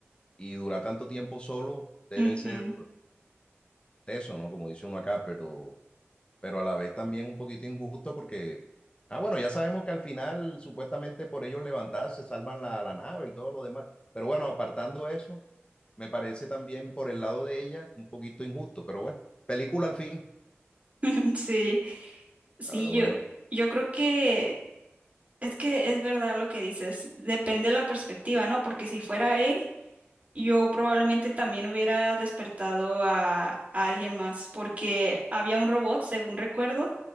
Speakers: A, on the left (about 25°); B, on the right (about 35°).
A: y durar tanto tiempo solo debe
B: Ujú.
A: ser teso, ¿no? Como dice uno acá, pero pero a la vez también un poquito injusto porque, ah, bueno, ya sabemos que al final supuestamente por ellos levantarse salvan la, la nave y todo lo demás, pero bueno, apartando eso, me parece también por el lado de ella un poquito injusto, pero bueno, película al fin.
B: <laughs> Sí, sí,
A: Ah, bueno,
B: yo, yo creo que Es que es verdad lo que dices, depende de la perspectiva, ¿no? Porque si fuera él, yo probablemente también hubiera despertado a, a alguien más, porque había un robot, según recuerdo,